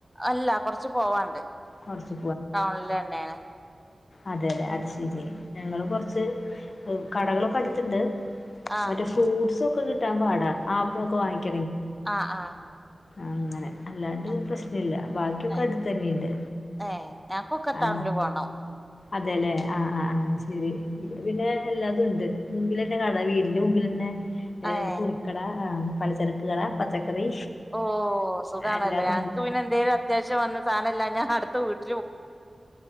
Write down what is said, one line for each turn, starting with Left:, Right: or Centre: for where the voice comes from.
Centre: അല്ല കൊറച്ച് പോവാണ്ട്
Left: കുറച്ച്
Centre: ടൗണില് തന്നെയാ
Left: അതെ ല്ലെ അത് ശരി ഞങ്ങൾ കുറ ച്ച് കടകളൊക്കെ അടുത്തിണ്ട്
Centre: ആഹ്
Left: മറ്റേ ഫ്രൂട്സ് ക്കെ കിട്ടാൻ പാട ആപ്പിൾ ഒക്കെ വങ്ങിക്ക
Centre: ആഹ് ആഹ്
Left: അങ്ങനെ അല്ലാണ്ട്
Centre: ആഹ്
Left: പ്രശ്നല്ല ബാക്കിയൊക്കെ
Centre: ഏഹ്
Left: അടുത്ത തന്നെയുണ്ട്
Centre: ഏഹ് ഞങ്ങക്കൊക്കെ
Left: ആ
Centre: ടൗണില് പോണം
Left: അതെല്ലേ ആഹ് ആ ആഹ ശരി ഇവിടെ പിന്നെ എല്ലാതും ഉണ്ട് മുമ്പിൽ തന്നെ കട വീടിന്റെ മുമ്പിൽ ന്നെ ഏ
Centre: ഏഹ്
Left: തുണിക്കട ആഹ് പളി ചെരക്ക് കട പച്ചക്കറി
Centre: ഓ സുഖാണല്ലോ
Left: എല്ലാതും
Centre: ഞങ്ങക്ക്
Left: ഉണ്ട്.
Centre: പിന്നെ എന്തേലും അത്യാവശ്യം വന്ന സാധനം ഇല്ലഞ്ഞ അടു ത്ത വീ